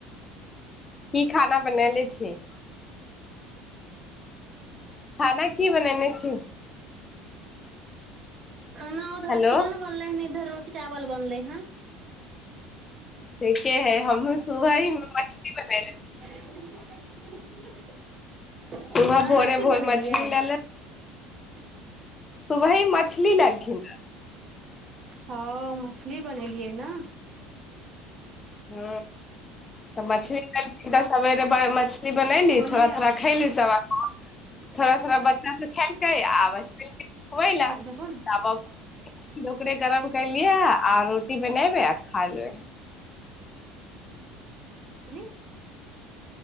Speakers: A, on the left (about 20°); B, on the right (about 35°).
A: की खाना बनले छी खाना की बनेने छी
B: खाना उधर
A: हेलो
B: चिकन बनलै हन इधर रोटी चावल बनलै हन
A: ठीके है हम सुबह ही मछली बने रह
B: <unintelligible>
A: हा
B: अहाँ
A: भोरे
B: की
A: भोर
B: बनेलियै
A: मछली लए ले
B: <unintelligible>
A: सुबही मछली लेलखिन <unintelligible>
B: हँ मछली बनेलियै ने
A: हू तऽ मछली कल त सेर मछ ी बनैली
B: बोलिये
A: थोड़ा थोड़ा
B: हो
A: खली सब थोड़ा थोड़ा बच्चा सब खेलक आ ल
B: देखो ने
A: पे गरम कलियै आरो की बनेबे आ खाल लए
B: <unintelligible>